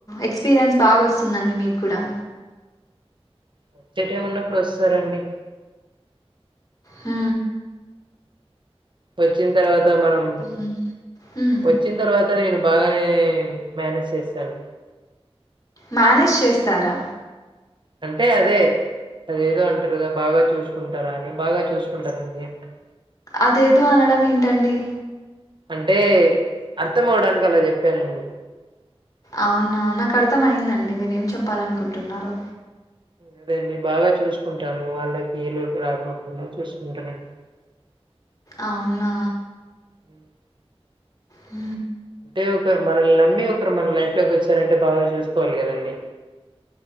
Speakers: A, on the left; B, on the right.
A: ఎక్స్పీరియన్స్ బాగా వస్తుందండి మీకు కూడా
B: వచ్చేట ఏం ఉన్నప్పుడు వస్తారండి
A: ఆ
B: వచ్చిన తర్వాత మనం
A: హ్మ్. హ్మ్.
B: వచ్చిన తర్వాత నేను బాగానే మేనేజ్ చేశాను
A: మేనేజ్ చేస్తారా
B: అంటే అదే అదేదో అంటారు కదా బాగా చూసుకుంటారా అని బాగా చూసుకుంటానండి అంటారు
A: అదేదో అనడం ఏంటండి
B: అంటే అర్థం అవడానికి అలా చెప్పానండి
A: అవునా నాకు అర్థం అయి్యందండి మీర ఏం చెప్పాలనుకుంటున్నారు
B: అదేండి బాగా చూసుకుంటాను వాళ్ళకి లోటు రాకోకుండా చూసుకుంటానండి
A: అవునా
B: అ
A: హ
B: అంటే ఒక మనల్ని నమ్మి ఒకరు మన లైఫ్ లోకి వచ్చారంటే బాగా చూసుకోవాలి కదండి